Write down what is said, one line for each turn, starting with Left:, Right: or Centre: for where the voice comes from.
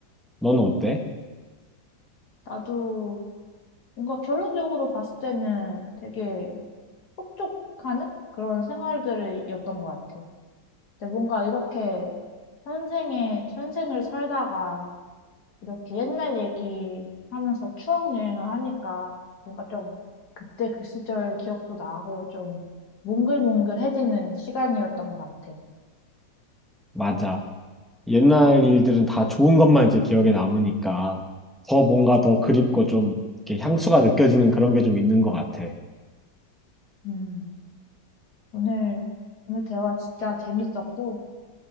Centre: 너는 어때?
Left: 나도 뭔가 결론적으로 봤을 때는 되게 흡족하는 그런 생활들이었던 것 같아. 근데 뭔가 이렇게 현생에, 현생을 살다가 이렇게 옛날 얘기 하면서 추억 여행을 하니까 뭔가 좀 그때 그 시절 기억도 나고 좀 몽글몽글해지는 시간이었던 것 같아.
Centre: 맞아. 옛날 일들은 다 좋은 것만 이제 기억에 남으니까 더 뭔가 더 그립고 좀 이렇게 향수가 느껴지는 그런 게 좀 있는 것 같아.
Left: 음, 오늘, 오늘 대화 진짜 재밌었고,